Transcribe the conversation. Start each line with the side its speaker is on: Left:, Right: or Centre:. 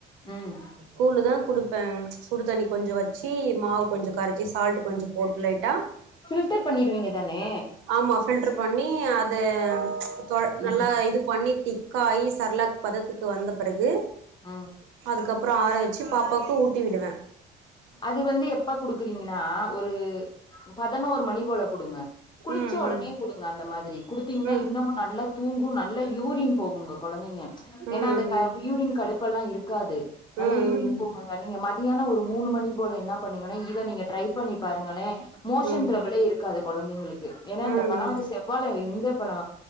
Left: ம்
Right: கூலு தா குடுப்பே. சுடு தண்ணி கொஞ்சோ வச்சு, மாவு கொஞ்சோ கரச்சி, சால்ட் கொஞ்சோ போட்டு லைட்டா
Left: ஃபில்டர் பண்ணிருவீங்க தானே
Right: ஆமா ஃபில்டர் பண்ணி, அது தொல
Left: ம்
Right: நல்லா இது, பண்ணி திக்காயி, செர்லாக் பதத்துக்கு வந்த பெறகு,
Left: ஆஹ்
Right: அதுக்கப்றோ ஆற வச்சு பாப்பாவுக்கு ஊட்டி விடுவே
Left: அது வந்து எப்ப குடுக்குறீங்கனா ஒரு பதனோரு மணி போல குடுங்க குளிச்ச
Right: ம்
Left: ஒடனே குடுங்க அந்த மாதிரி குடுத்தீங்கனா
Right: ம்
Left: இன்னமு நல்லா தூங்கு நல்லா யூரின் போகுங்க கொழந்தைங்க
Right: ம்
Left: ஏனா அந்த க யூரின் கடுப் இப்பெல்லா இருக்காது நல்லா
Right: ம் ம்
Left: யூரின் போவுனுங்க நீங்க மதியானோ ஒரு மூணு மணி போல என்னா பண்ணுங்கனா இத நீங்க ட்ரை பண்ணி பாருங்களேன் மோஷன்
Right: ம் ம்
Left: ட்ரபுளே இருக் காது கொழந்தைங்களுக்கு ஏனா இந்த
Right: ம்
Left: பழ
Right: ம்
Left: வந்து செவ்வால இந்த பழோ